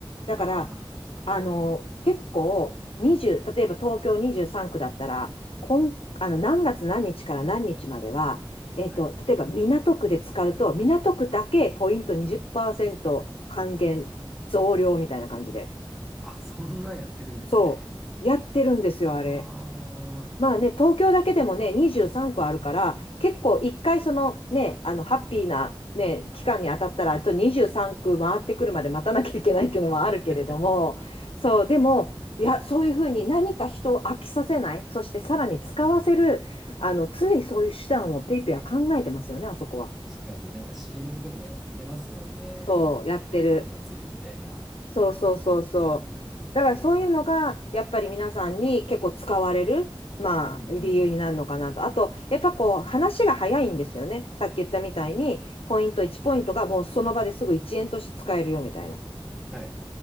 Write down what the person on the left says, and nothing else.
だから、
あの、結構、20、例えば東京23区だったら、こん、あの、何月何日から何日までは、えっと、
例えば港区で使うと、港区だけポイント20%還元増量みたいな感じで。
そう。やってるんですよ、あれ。
まあね、東京だけでもね、23区あるから、結構一回そのね、あの、ハッピーなね、期間に当たったら、
あと23区回ってくるまで待たなきゃいけないっていうのもあるけれども、
そう、でも、いや、そういうふうに何か人を飽きさせない、そしてさらに使わせる、
あの、常にそういう手段をペイペイは考えてますよね、あそこは。
そう、やってる。
そうそうそうそう。
だからそういうのが、
やっぱり皆さんに結構使われる、まあ、
理由になるのかなと。あと、やっぱこう、話が早いんですよね。さっき言ったみたいに、ポイント1ポイントがもうその場ですぐ1円として使えるよみたいな。